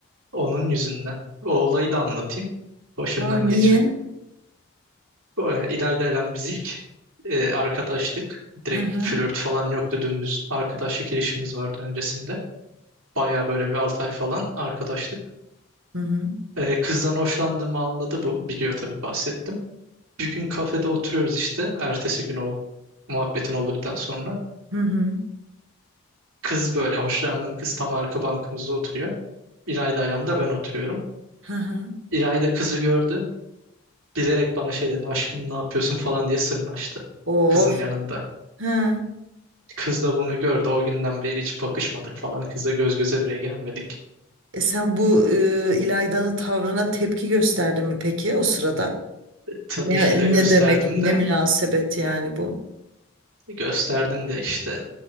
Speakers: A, on the right; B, on the right.
A: Onun yüzünden. O olayı da anlatayım. Başımdan
B: Aa,
A: geçen.
B: niye?
A: Bu, e, İlayda ile biz ilk e, arkadaştık. Direkt
B: Hı hı.
A: flört falan yoktu dümdüz. Arkadaşlık ilişkimiz vardı öncesinde. Baya böyle bir 6 ay falan arkadaştık.
B: Hı hı.
A: Ee, kızdan hoşlandığımı anladı bu. Biliyor tabii bahsettim. Bir gün kafede oturuyoruz işte. Ertesi gün o muhabbetin olduktan sonra.
B: Hı hı.
A: Kız böyle hoşlandığım kız tam arka bankamızda oturuyor. İlayda'yla da ben oturuyorum.
B: Hı hı.
A: İlayda kızı gördü. Bilerek bana şey dedi aşkım ne yapıyorsun falan diye sırrını açtı
B: Of.
A: Kızın yanında.
B: Ha.
A: Kız da bunu gördü. O günden beri hiç bakışmadık falan. Kızla göz göze bile gelmedik.
B: E sen bu e, İlayda'nın tavrına tepki gösterdin mi peki o sırada?
A: Tabii
B: Ne,
A: ki de gösterdim
B: ne demek, ne
A: de.
B: münasebet yani bu?
A: Gösterdim de işte.